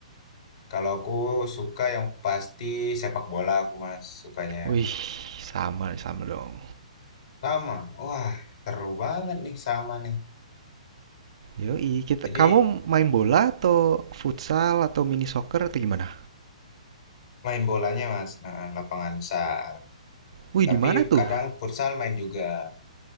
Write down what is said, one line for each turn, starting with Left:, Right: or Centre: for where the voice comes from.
Left: Kalau aku suka yang pasti sepak bola aku, Mas, sukanya.
Right: Wih, sama sama dong.
Left: Sama. Wah, seru banget nih sama nih.
Right: Yoi, kita
Left: Jadi
Right: kamu main bola atau futsal atau mini soccer atau gimana?
Left: main bolanya, Mas, Ah, lapangan besar.
Right: Wih, di
Left: Tapi
Right: mana tuh?
Left: kadang futsal main juga.